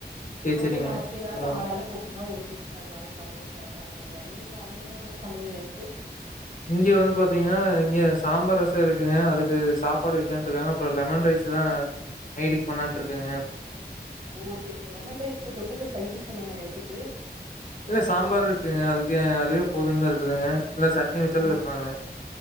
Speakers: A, on the left; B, on the right.
A: சேரி,
B: அப்டியே
A: சேரிங்க.
B: நமக்கு ஏதாவது
A: பரவால்ல.
B: ஆளாளுக் ஒவ்வொன்னா ஒவ்வொரு டிஷ் பண்லானு பண்ணுவோச பண்ணுவோங்க நீங்க அங்க என்னங்க சமையல் நைட்டு
A: இங்க வந்து பாத்தீங்கனா இங்க சாம்பார் ரசம் இருக்குங்க அதுக்கு சாப்பாடு வைக்கலா இருக்காங்க அப்புறோ லெமன் ரைஸ் தா நைட்டுக்கு பண்ணலான் இருக்கங்க
B: ஓ சேரிங்க லெமன் ரைஸ்க்கு தொட்டுக்க சைடிஷ் என்னங்க நைட்டுக்கு
A: இல்ல சாம்பாரு இருக்குங்க அதுக்கு அதுவே போதும் தா இருக்குதுங்க இல்ல சட்னி வைச்சாலு
B: ஓ
A: வைப்பாங்க